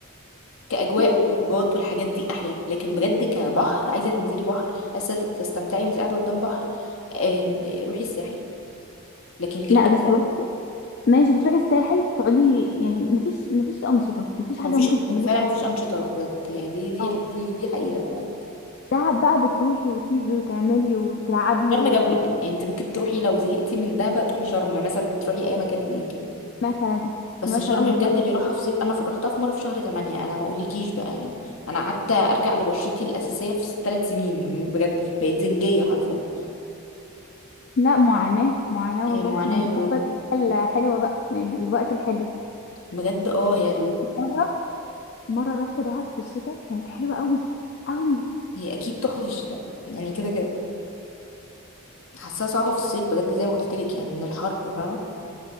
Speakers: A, on the left; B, on the left.
A: كأجواء
B: شفتي
A: وخروجات والحاجات دي أحلى لكن بجد كبحر عايزة تنزلي بحر عايزة تستمتعي انت قاعدة قدام بحر آه، روحي الساحل لكن غير
B: لا
A: كده
B: بس ماشي بتروحي الساحل تقعدي يعني مفيش مفيش انشطه مفيش حاجه
A: هو مفيش
B: ممكن تعمليها
A: هو فعلا مفيش أنشطة بجد يعني دي دي
B: اه
A: دي دي حقيقة فعلا
B: دهب بقى بتروحي وتيجي وتعملي وتلعبي
A: شرم
B: و-
A: جنبك يعني انت ممكن تروحي لو زهقتي من دهب تروحي شرم مثلا تروحي أي مكان هناك يعني
B: ومثلا
A: بس
B: مثلا
A: شرم
B: بجد
A: بجد اللي راحها في صيف أنا في- رحتها في مرة في شهر 8 أنا ما أقولكيش بقى يعني أنا قعدت أرجع لبشرتي الأساسية في ثلاث سنين بجد بقيت زنجية حرفيا
B: لا معاناة معاناة
A: إيه،
B: والله
A: معاناة
B: ما انت
A: بجد
B: بتختاري الحاجة الحلوة بقى يعني الوقت الحلو
A: بجد اه هي
B: مرة مرة رحت دهب في الشتاء كانت حلوة قوي قوي
A: هي اكيد تحفه في الشتاء يعني كده كده حاساها صعبه في الصيف بجد زي ما قلت لك يعني من الحر فاهمه